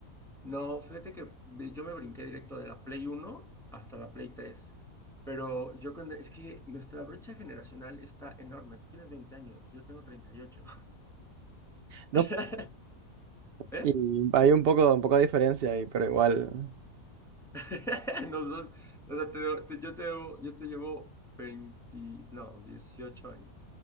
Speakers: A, in the centre; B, on the right (about 85°).
A: No, fíjate que ve- yo me brinqué directo de la Play 1 hasta la Play 3. Pero yo cuando, es que nuestra brecha generacional está enorme. Tú tienes 20 años, yo tengo 38.
B: No,
A: <laughs> ¿Eh?
B: y hay un poco, un poco de diferencia ahí, pero igual,
A: <laughs> Nos don- o sea, te- debo- te- yo, te, debo- yo te llevo 20, no, 18 años.